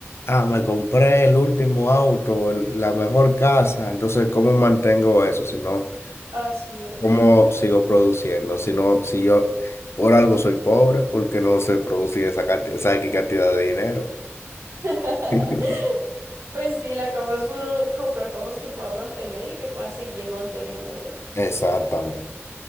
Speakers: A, on the left (about 65°); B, on the right (about 80°).
A: Ah, me compré el último auto, el- la mejor casa. Entonces, ¿cómo mantengo eso? Si no,
B: Así es.
A: ¿cómo sigo produciendo? Si no, si yo por algo soy pobre, porque no se produce esa, canti- esa X cantidad de dinero?
B: <laughs>
A: <laughs>
B: Pues sí, la cosa es uno comprar cosas que pueda mantener y que pueda seguir manteniendo, ¿no?
A: Exactamente.